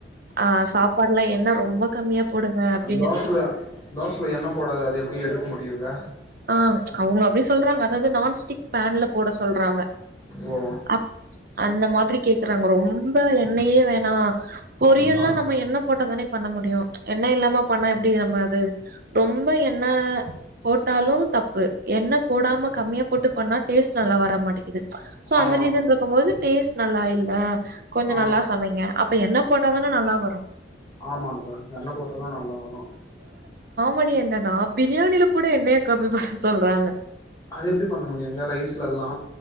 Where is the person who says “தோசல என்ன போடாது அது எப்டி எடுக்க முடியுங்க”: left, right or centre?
Left